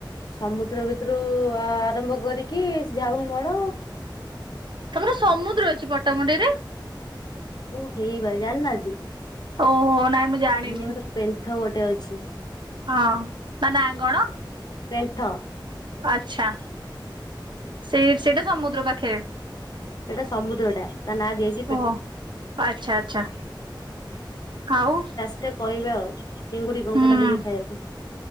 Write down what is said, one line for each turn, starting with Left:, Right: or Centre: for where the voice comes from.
Left: ସମୁଦ୍ର ଭିତୁରୁ ଆରମ୍ଭ କରିକି ଝାଉଁ ମଣ।
Right: ତମର ସମୁଦ୍ର ଅଛି ପଟ୍ଟାମୁଣ୍ଡେଇରେ
Left: ଓ ହେଇ ବା ଜାଣିନାହାନ୍ତି।
Right: ଓହୋ ନାଇଁ ମୁଁ ଜାଣିନି
Left: ଆମର ଗୋଟେ ପେଣ୍ଠ ଗୋଟେ ଅଛି।
Right: ହଁ ତା ନାଁ କଣ?
Left: ପେଣ୍ଠ।
Right: ଆଛା ସେଇ ସେଇଟା ସମୁଦ୍ର ପାଖେରେ।
Left: ସେଟା ସମୁଦ୍ରଟା ତା ନାଁ ଦିଆ ହେଇଛି।
Right: ଓ ଆଚ୍ଛା ଆଚ୍ଛା ଆଉ।
Left: <unintelligible> କହିବା ଆଉ ଚିଙ୍ଗୁଡି
Right: ହୁଁ।
Left: କଙ୍କଡ଼ା ଦେବି ଖାଇବାକୁ।